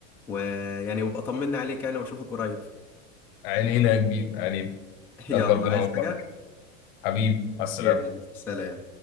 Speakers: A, in the centre; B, on the left (about 45°).
A: ويعني وابقى طمنا عليك يعني واشوفك قريب
B: عينينا يا كبير عينينا
A: <laughs> يلا
B: يلا ربنا
A: عايز
B: يوفقك
A: حاجه
B: حبيبي مع السلامة
A: يلا سلام